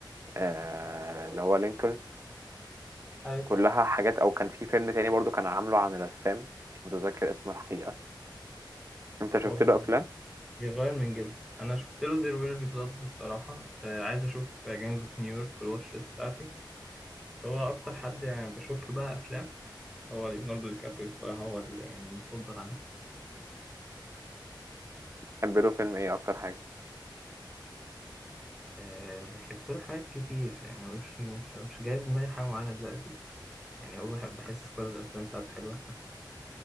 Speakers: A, on the right; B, in the centre.
A: آه، اللي هو لينكولن
B: ايوه
A: كلها حاجات او كان في فيلم تاني برضو كان عامله عن رسام مش متذكر اسمه الحقيقة انت شفت
B: هو
A: له افلام
B: بيغير من جلده انا شفت له زير ويل بي بلاد الصراحه آه، عايز اشوف جيمز اوف نيويورك في الواتش ليست بتاعتي بس هو اكتر حد يعني بشوف له بقى افلام هو ليوناردو دي كابريو الصراحه هو ال- يعني المفضل عندي
A: تحب له فيلم ايه اكتر حاجة
B: أه بحب له حاجات كتير يعني مش مش مش جاي في دماغي حاجه معينه دلوقتي يعني هو بحب بحس كل الأفلام بتاعته حلوة